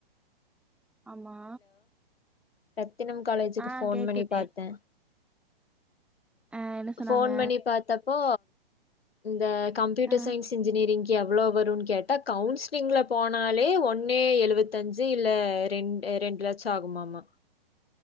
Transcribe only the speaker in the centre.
ஆமா
ஆ
கேக்குதே
ஆ என்ன சொன்னாங்க
ஆ